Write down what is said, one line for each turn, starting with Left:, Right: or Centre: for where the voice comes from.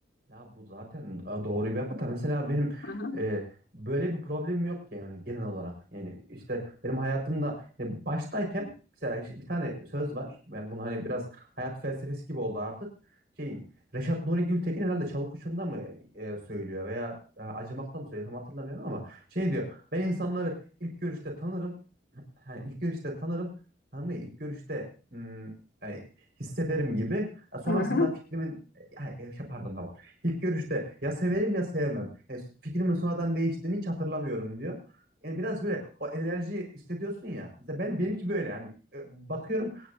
Right: Ya bu zaten e, doğru bir yapı da mesela benim
Left: Hı hı.
Right: e, böyle bir problemim yok yani genel olarak. Yani işte benim hayatımda e, baştayken mesela ş- bir tane söz var. Ben bunu hani biraz hayat felsefesi gibi oldu artık. Şeyin Reşat Nuri Gültekin herhalde Çalıkuşu'nda mı e, söylüyor veya e, Acımak'ta mı söylüyor tam hatırlamıyorum ama şey diyor. Ben insanları ilk görüşte tanırım. <clears throat> Ha, ilk görüşte tanırım. Tanırım değil, ilk görüşte hmm, e, hissederim gibi. E, Sonrasında
Left: Hı hı.
Right: fikrimin e, ya, e, şey, pardon tamam. İlk görüşte ya severim ya sevmem. Yani fikrimin sonradan değiştiğini hiç hatırlamıyorum diyor. Yani biraz böyle o enerji hissediyorsun ya. Mesela ben benimki böyle yani e, bakıyorum